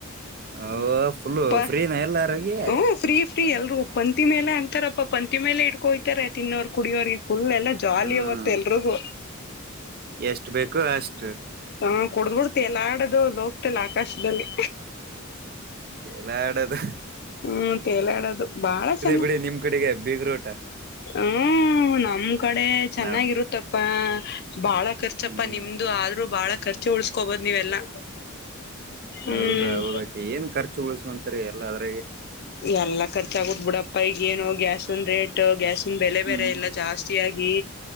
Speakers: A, on the right; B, on the left.
A: ಅವ್ವ ಫುಲ್ಲು
B: ಪ
A: ಫ್ರೀನ ಎಲ್ಲಾರಿಗಿ
B: ಹ್ಮ ಫ್ರೀ ಫ್ರೀ ಎಲ್ರುಗು ಪಂತ್ ಮೇಲೆ ಅತಾರಪ್ಪ ಪಂತಿ ಮೇಲೆ ಇಟ್ಕೋ ಒಯ್ತಾರೆ ತಿನ್ನೋರು ಕುಡಿಯೋರು ಫುಲ್ ಎಣ್ಣೆ ಜಾಲಿ
A: ಹ್ಮ್
B: ಇವತ್ತು ಎಲ್ಲರಿಗೂ
A: ಎಷ್ಟು ಬೇಕು ಅಷ್ಟು
B: ಹಾ ಕುಡಿದು ಬಿಟ್ ತೇಲಾಡೋದು ಲೋಕದಲ್ಲಿ ಆಕಾಶದಲ್ಲಿ
A: ತೆಲಾಡೋದು
B: ಹ್ಮ ತೇಲಾಡದು ಬಾಳ ಚನ್ನ
A: ಬಿಡಿ ನಿಮ್ ಕಡೆಗೆ ಬೀಗ್ರೂಟ
B: ಹ್ಮ ನಮ್ ಕಡೆ ಚೆನ್ನಾಗಿರುತ್ತಪ್ಪ
A: ನಮ್
B: ಬಾಳ ಖರ್ಚಪ್ಪ
A: ಹ್ಮ್
B: ನಿಮ್ದು ಆದ್ರು ಬಾಳ ಖರ್ಚು ಉಳಸ್ಕೋಬೋದು್ ನೀವೆಲ್ಲಾ ಹ್ಮ್
A: ಹೌದಾ ಹೌದಾಕೆ ಏನ್ ಖರ್ಚು ಉಳಿಸಂತಾರೆ ಎಲ್ಲ ಅದ್ರಾಗೆ
B: ಎಲ್ಲಾ ಖರ್ಚಾಗತ್ ಬಿಡಪ್ಪ ಈಗ ಏನು ಗ್ಯಾಸ್ನ್ ರೇಟ್ ಗ್ಯಾಸ್ ಬೆಲೆ
A: ಹ್ಮ್
B: ಬೆರೆ ಎಲ್ಲ ಜಾಸ್ತಿ ಆಗಿ